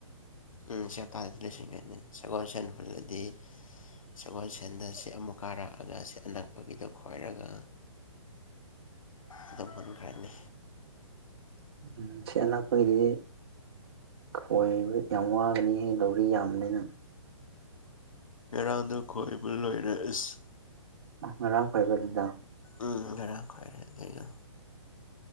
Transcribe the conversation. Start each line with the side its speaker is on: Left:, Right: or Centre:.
Left: ꯎꯝ ꯁꯤꯍꯞꯇꯥꯁꯤꯗ ꯂꯣꯏꯁꯤꯟꯒꯅꯤ ꯁꯒꯣꯜ ꯁꯦꯟ ꯍꯨꯜꯂꯗꯤ ꯁꯒꯣꯜꯁꯦꯟꯗ ꯁꯤ ꯑꯃꯨꯛ ꯀꯥꯔꯛꯑꯒ ꯁꯤ ꯑꯅꯛꯄꯒꯤꯗꯣ ꯈꯣꯏꯔꯒ ꯑꯗꯨꯝ ꯍꯨꯟꯈ꯭ꯔꯥꯅꯤ
Right: <unintelligible> ꯈꯣꯏꯕ ꯌꯥꯝ ꯋꯥꯒꯅꯤꯍꯦ ꯂꯧꯔꯤ ꯌꯥꯝꯕꯅꯤꯅ
Left: ꯉꯔꯥꯡꯗ ꯈꯣꯏꯕ ꯂꯣꯏꯔꯏꯁ
Right: ꯑ ꯉꯔꯥꯡ ꯐꯕꯗꯨꯗ
Left: ꯎꯝ ꯉꯔꯥꯡ ꯈ꯭ꯋꯥꯏꯔꯦ ꯑꯗ